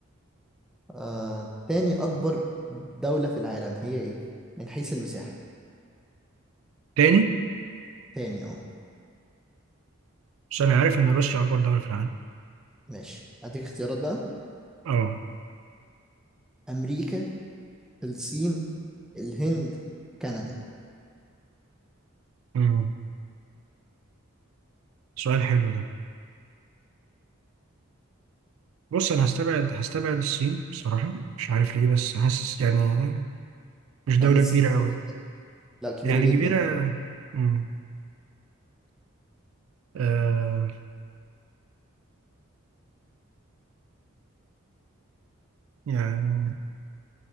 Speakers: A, in the centre; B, on the right.
A: آه... تاني اكبر دولة في العالم هي ايه من حيث المساحة
B: تاني
A: تاني اه
B: بس انا عارف ان روسيا اكبر دولة في العالم
A: ماشي هديك اختيارات بقى
B: اه
A: امريكا الصين الهند كندا
B: امم سؤال حلو ده بص انا هستبعد هستبعد الصين بصراحة مش عارف ليه بس حاسس يعني مش دولة
A: مع ان الصين
B: كبيرة
A: كبيرة
B: قوي
A: جدا
B: يعني
A: لا كبيرة
B: يعني
A: جدا
B: كبيرة امم آه يعني